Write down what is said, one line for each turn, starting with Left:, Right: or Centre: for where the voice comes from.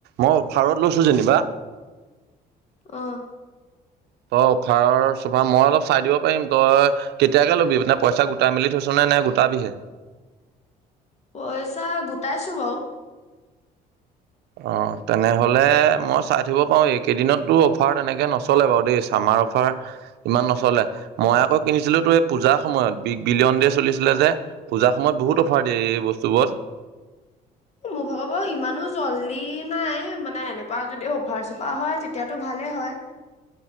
Right: মই অফাৰত লৈছো যেনিবা।
Left: অ'।
Right: তই অফাৰ চফাৰ, মই অলপ চাই দিব পাৰিম। তই, কেতিয়াকে লবি? মানে পইচা গোটাই মেলি থৈছ নে গোটাবিহে?
Left: পইচা গোটাইছোঁ বাও।
Right: অ' তেনেহলে মই চাই থাকিব পাৰো, এইকেইদিনত তোৰ অফাৰ তেনেকে নচলে বাৰু দেই, চামাৰ অফাৰ। ইমান নচলে, মই আকৌ কিনিছিলো তোৰ এই পূজাৰ সময়ত, বিগ বিলিয়ন দে চলিছিলে যে। পূজাৰ সময়ত বহুত
Left: অ
Right: অফাৰ দিয়ে এই বস্তুবোৰত।
Left: মোৰ ভাগৰ বাৰু ইমানো জল্দি নাই, মানে এনেকুৱা যদি অফাৰ চফাৰ হয় তেতিয়াতো ভালেই হয়।